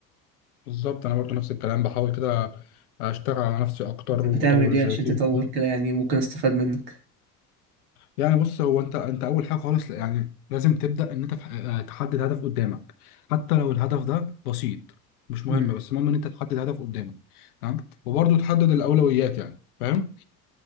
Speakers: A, on the left; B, on the right.
A: بالظبط انا برضو نفس الكلام بحاول كده اشتغل على نفسي اكتر
B: أنت
A: واطور
B: بتعمل ايه
A: ذاتي
B: عشان تطور
A: وكده
B: كده يعني ممكن استفاد منك
A: يعني بص هو انت انت اول حاجه خالص يعني لازم تبدا ان انت تح- آه، تحدد هدف قدامك حتى لو الهدف ده بسيط مش مهم
B: مم.
A: بس المهم ان انت تحدد هدف قدامك تمام وبرضو تحدد الاولويات يعني فاهم